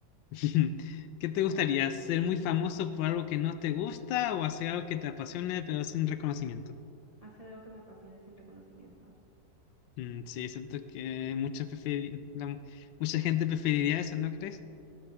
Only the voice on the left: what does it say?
<laughs> ¿qué te
gustaría?
¿Ser muy famoso por algo que no te gusta o hacer algo que te apasione pero sin reconocimiento?
Mm, sí, siento que mucha, preferi- la- mucha gente preferiría eso, ¿no crees?